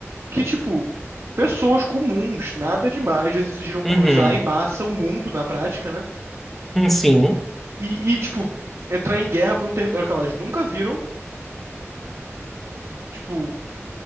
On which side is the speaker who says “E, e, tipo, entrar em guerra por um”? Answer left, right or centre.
Right